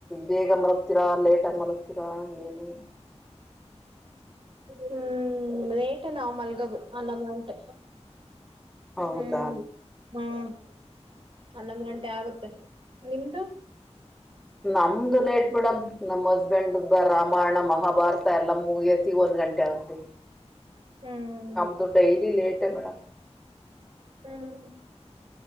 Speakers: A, in the centre; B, on the right.
A: ಬೇಗ ಮಲಗ್ತೀರಾ ಲೇಟಾಗಿ ಮಲಗ್ತೀರಾ ಏನು
B: ಹ್ಮ್ ರೇಟ್ ನಾವ್ ಮಲ್ಗೋದು ಅನ್ನೋದ ಉಟೆ
A: ಹೌದಾ
B: ಹ್ಮ್ ಹ್ಮ್ ಹನ್ನೊಂದು ಗಂಟೆ ಆಗುತ್ತೆ ನಿಮ್ದು
A: ನಮ್ದುಲ್ಲೇಟ್ಪಿಡಮ ನಮ್ಮ್ ಹಸ್ಬೆಂಡ್ಬ್ಬ ರಾಮಾಯಣ ಮಹಾಭಾರತ ಎಲ್ಲ ಮುಗಿಯತಿ ಒಂದ್ ಗಂಟೆ ಆಗತ್ತತಿ
B: ಹ್ಮ್
A: ನಮ್ದು ಡೈಲಿ ಲೇಟ್ ಹೆ ಮೇಡಮ್.
B: ಹ್ಮ್